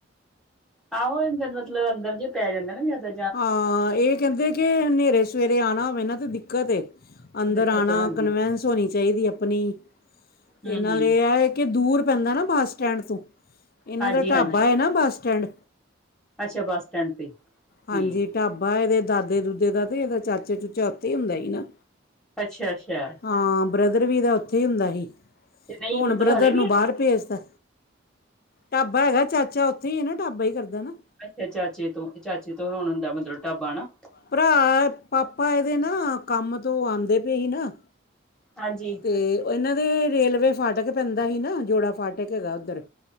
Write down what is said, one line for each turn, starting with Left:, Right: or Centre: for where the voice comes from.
Centre: ਆਹੋ, ਏਦਾ ਮਤਲਬ ਅੰਦਰ ਜੇ ਪੈ ਜਾਂਦਾ ਨਾ ਜ਼ਿਆਦਾ
Left: ਹਾਂ, ਇਹ ਕਹਿੰਦੇ ਕਿ ਹਨੇਰੇ ਸਵੇਰੇ ਆਉਣਾ ਹੋਵੇ ਨਾ ਤੇ ਦਿੱਕਤ ਏ, ਅੰਦਰ
Centre: ਦਿੱਕਤ
Left: ਆਉਣਾ,
Centre: ਹਾਂਜੀ।
Left: ਕਨਵਸ ਹੋਣੀ ਚਾਹੀਦੀ ਆਪਣੀ, ਤੇ
Centre: ਹੂੰ-ਹੂੰ,
Left: ਨਾਲੇ ਇਹ ਹੈ ਕਿ ਦੂਰ ਪੈਂਦਾ ਨਾ ਬੱਸ ਸਟੈਂਡ ਤੋਂ, ਇਹਨਾਂ
Centre: ਹਾਂਜੀ-ਹਾਂਜੀ
Left: ਦਾ ਢਾਬਾ ਹੈ ਨਾ ਬੱਸ ਸਟੈਂਡ।
Centre: ਅੱਛਾ ਬੱਸ ਸਟੈਂਡ ਤੇ। ਠੀਕ
Left: ਹਾਂਜੀ ਢਾਬਾ ਇਹਦੇ ਦਾਦੇ ਦੂਦੇ ਦਾ, ਤੇ ਇਹਦਾ ਚਾਚੇ ਚੂਚਾ ਉੱਥੇ ਹੀ ਹੁੰਦਾ ਸੀ ਨਾ।
Centre: ਅੱਛਾ ਅੱਛਾ
Left: ਹਾਂ ਬ੍ਰਦਰ ਵੀ ਤਾਂ ਉੱਥੇ ਹੀ ਹੁੰਦਾ ਸੀ,
Centre: ਤੇ ਨਈ
Left: ਹੁਣ
Centre: ਮਤਲਬ
Left: ਬ੍ਰਦਰ
Centre: ਹਲੇ ਵੀ
Left: ਨੂੰ ਬਾਹਰ ਭੇਜ ਤਾ, ਢਾਬਾ ਹੈਗਾ ਚਾਚਾ ਉੱਥੇ ਹੀ ਨਾ, ਢਾਬਾ ਹੀ ਕਰਦਾ ਨਾ
Centre: ਅੱਛਾ ਚਾਚੇ ਤੋਂ, ਚਾਚੇ ਤੋਂ ਹੁਣ ਹੁੰਦਾ, ਮਤਲਬ ਢਾਬਾ ਨਾ
Left: ਭਰਾ, ਪਾਪਾ ਇਹਦੇ ਨਾ ਕੰਮ ਤੋਂ ਆਉਂਦੇ ਪਏ ਹੀ ਨਾ
Centre: ਹਾਂਜੀ
Left: ਤੇ ਇਹਨਾਂ ਦੇ ਰੇਲਵੇ ਫਾਟਕ ਪੈਂਦਾ ਸੀ ਨਾ, ਜੋੜਾ ਫਾਟਕ ਹੈਗਾ ਉੱਧਰ।